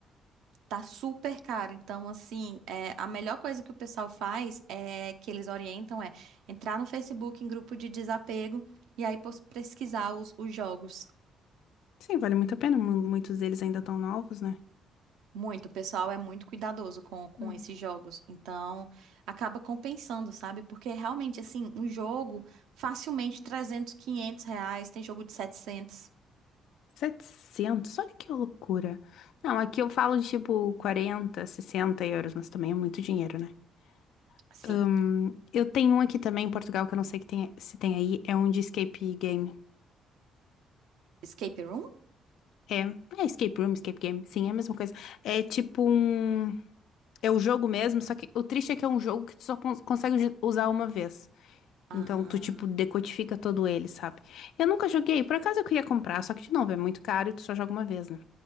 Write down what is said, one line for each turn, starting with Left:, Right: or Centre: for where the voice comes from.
Right: Tá super caro. Então, assim, é, a melhor coisa que o pessoal faz é que eles orientam é entrar no Facebook em grupo de desapego e aí pos- pesquisar os, os jogos.
Left: Sim, vale muito a pena. mu- Muitos deles ainda estão novos, né?
Right: Muito, o pessoal é muito cuidadoso com, com
Left: Hum.
Right: esses jogos, então acaba compensando, sabe? Porque realmente, assim, um jogo facilmente 300, 500 reais, tem jogo de 700,
Left: 700, olha que loucura. Não, aqui eu falo de tipo 40 60 euros, mas também é muito dinheiro, né?
Right: assim.
Left: Hum, eu tenho um aqui também em Portugal que eu não sei que tem- se tem aí, é um de escape game.
Right: Escape Room?
Left: É, é escape room, escape game, sim, é a mesma coisa. É tipo um. É o jogo mesmo, só que o triste é que é um jogo que tu só cons- consegue ju- usar uma vez.
Right: Ah,
Left: Então, tu, tipo, decodifica todo ele, sabe? Eu nunca joguei, por acaso eu queria comprar, só que, de novo, é muito caro e tu só joga uma vez, né?